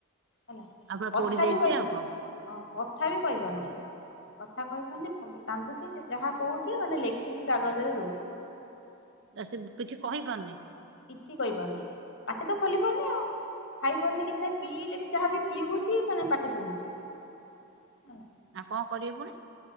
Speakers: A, on the left; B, on the right.
A: ହେଲା
B: ଆଉ ପୁରା
A: କଥା
B: ପୋଡି ଦେଇଛି
A: ବି କହିପାରୁନି।
B: ଆଉ କଣ
A: ହଁ କଥା ବି କହିପାରୁନି। କଥା କହିପାରୁନି ଖାଲି କାନ୍ଦୁଚି ସେ ଯାହା କହୁଚି ମାନେ ଲେଖିକି କାଗଜରେ ଦଉଛି।
B: ଆ, ସେ କିଛି କହିପାରୁନି?
A: କିଛି କହିପାରୁନି ପାଟି ତ ଖୋଲି ପାରୁନି ଆଉ। ଖାଇ ପାରୁନି କିଛି ନାହିଁ ପିଇଲେ ବି ଯାହା ବି ପିଉଚି ମାନେ ପାଟି ପଡୁଛି।
B: ଆଉ କଣ କରିବେ ପୁଣି?